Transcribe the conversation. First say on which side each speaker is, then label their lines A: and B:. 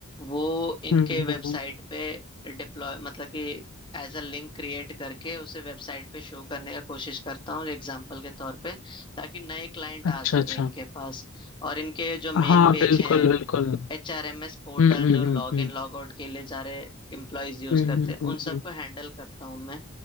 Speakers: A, on the left (about 25°); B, on the left (about 70°).
A: वो इनके
B: हम्म हम्म
A: वेबसाइट
B: हम्म।
A: पे डिप्लॉय मतलब कि एज अ लिंक क्रिएट करके उसे वेबसाइट पे शो करने का कोशिश करता हूँ एग्जाम्पल के तौर पे ताकि नए क्लाइंट आ
B: अच्छा
A: सके
B: अच्छा
A: इनके पास और इनके जो मेन
B: हाँ
A: पेज
B: बिल्कुल
A: हैं
B: बिल्कुल
A: H R M S portal
B: हम्म हम्म
A: जो लॉग
B: हम्म हम्म
A: इन लॉग आउट के लिए सारे एम्प्लॉयज यूज
B: हम्म
A: करते
B: हम्म
A: हैं
B: हम्म,
A: उन सबको
B: हम्म।
A: हैंडल करता हूँ मैं